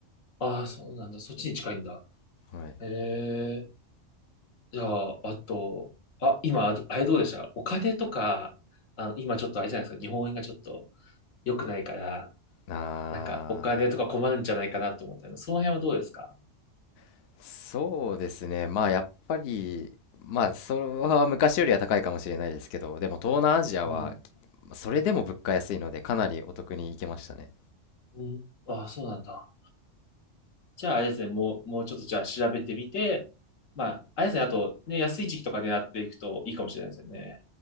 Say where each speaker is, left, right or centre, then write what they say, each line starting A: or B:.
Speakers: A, on the left; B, on the left.
A: ああ、そうなんだ。そっちに近いんだ。
B: はい。
A: へえ。じゃあ、あと、あ、今、ああれどうでしたお金とか、あの、今ちょっとあれじゃないですか。日本円がちょっと良くないから、
B: あ
A: なんかお金とか困るんじゃないかなと思ったけど、その辺はどうですか
B: ー、そうですね。まあ、やっぱり、まあ、それは昔よりは高いかもしれないですけど、でも東南アジアは、
A: うん。
B: それでも物価安いので、かなりお得に行けましたね。
A: うん。ああ、そうなんだ。じゃあ、あれですね。もう、もうちょっとじゃあ調べてみて、まあ、あれですね。あと、ね、安い時期とか狙っていくといいかもしれないですよね。